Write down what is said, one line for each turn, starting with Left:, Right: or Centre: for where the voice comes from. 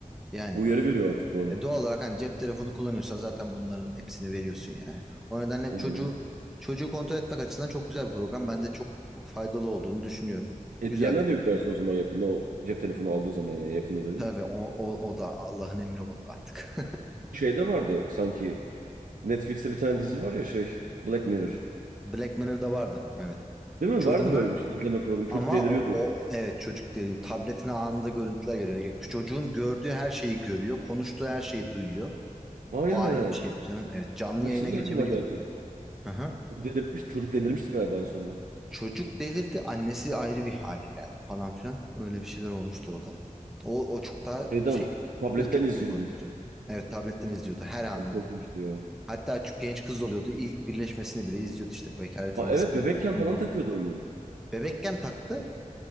Centre: yani.
Right: Uyarı veriyor artık böyle.
Centre: E doğal olarak hani cep telefonu kullanıyorsan zaten bunların hepsini veriyorsun yani. O nedenle
Right: İnanılmaz.
Centre: çocuğu çocuğu kontrol etmek açısından çok güzel bir program. Ben de çok faydalı olduğunu düşünüyorum.
Right: E
Centre: Güzel
Right: diğerine
Centre: de kullanıyorum.
Right: de yüklersin o zaman yakında o cep telefonu aldığı zaman yani yakında dediğim.
Centre: Tabii o, o, o da Allah'ın emri oldu artık.
Right: Şeyde vardı sanki Netflix'te bir tane dizi var ya şey Black Mirror.
Centre: <laughs> Black Mirror'da vardı. Evet.
Right: Değil mi?
Centre: Çocuğuna
Right: Vardı böyle bir şey, izleme programı.
Centre: ama
Right: Çocuk deliriyordu.
Centre: o, o evet çocuk diyor, tabletine anında görüntüler geliyor. Çocuğun gördüğü her şeyi görüyor. Konuştuğu her şeyi duyuyor.
Right: Aynen.
Centre: O ayrı bir şeydi canım. Evet canlı
Right: Bak
Centre: yayına
Right: şimdi
Centre: geçebiliyordu.
Right: aklıma geldi.
Centre: Hı hı.
Right: O delirtmiş, çocuk delirmişti galiba en sonunda.
Centre: Çocuk delirdi. Annesi ayrı bir hale geldi falan filan. Öyle bir şeyler olmuştu orada. O, o çok daha
Right: Şeyden,
Centre: şey
Right: tabletten
Centre: uç
Right: izliyordu.
Centre: bir boyuttu. canım. Evet tabletten izliyordu her anını.
Right: Çok korkmuştu ya.
Centre: Hatta çok genç kız oluyordu. İlk birleşmesini bile izliyordu işte. Bekaretin
Right: Ha,
Centre: nasıl
Right: evet
Centre: kızardığını
Right: bebekken falan
Centre: bile
Right: takıyordu
Centre: görüyordu.
Right: onu.
Centre: Bebekken taktı.